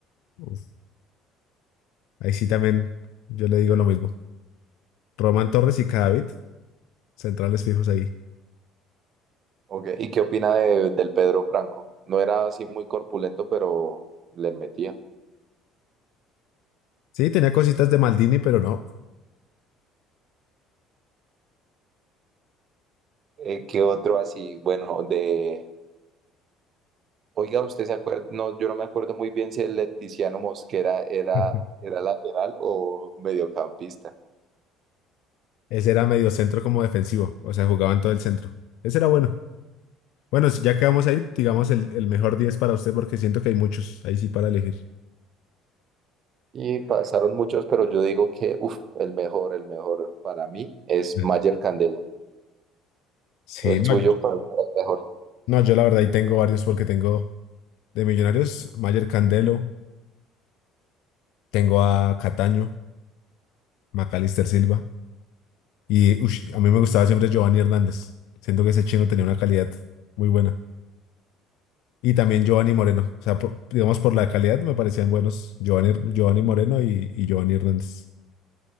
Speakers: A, on the left; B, on the right.
A: Uf, Ahí sí también yo le digo lo mismo. Román Torres y Cadavid, centrales fijos ahí.
B: Ok. ¿Y qué opina de- del Pedro Franco? No era así muy corpulento, pero le metía.
A: Sí, tenía cositas de Maldini, pero no.
B: Eh, ¿qué otro así? Bueno, de... Oiga, ¿usted se acuerda? No, yo no me acuerdo muy bien si el Leticiano Mosquera era,
A: <laughs>
B: era lateral o mediocampista.
A: Ese era medio centro como defensivo, o sea, jugaba en todo el centro. Ese era bueno. Bueno, si ya quedamos ahí, digamos el, el mejor 10 para usted porque siento que hay muchos ahí sí para elegir.
B: Y pasaron muchos, pero yo digo que, uff, el mejor, el mejor para mí es
A: Mm.
B: Mayer Candelo.
A: Sí,
B: El
A: no,
B: suyo, ¿cuál fue el mejor?
A: no, yo la verdad ahí tengo varios porque tengo de Millonarios, Mayer Candelo, tengo a Cataño, Macalister Silva y ush, a mí me gustaba siempre Giovanni Hernández. Siento que ese chino tenía una calidad muy buena. Y también Giovanni Moreno, o sea, por- digamos por la calidad me parecían buenos Giovanni, Giovanni Moreno y, y Giovanni Hernández.